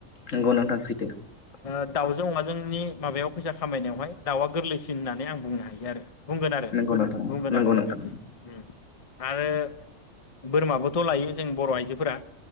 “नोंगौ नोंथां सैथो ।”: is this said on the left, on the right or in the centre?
Left